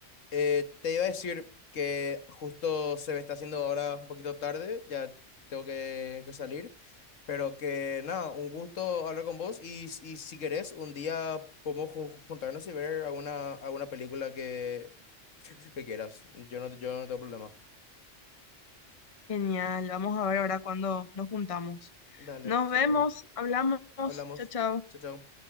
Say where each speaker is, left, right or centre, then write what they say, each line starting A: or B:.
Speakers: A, on the left; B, on the left.
A: Eh, te iba a decir que justo se me está haciendo ahora un poquito tarde, ya tengo que, que salir, pero que nada, un gusto hablar con vos y, y si querés, un día podemos ju- juntarnos y ver alguna, alguna película que, que quieras. Yo no, yo no tengo problema.
B: genial. Vamos a ver ahora cuando nos juntamos.
A: Dale,
B: Nos
A: sin
B: vemos,
A: problema.
B: hablamos.
A: Hablamos.
B: Chao, chao.
A: Chao, chao.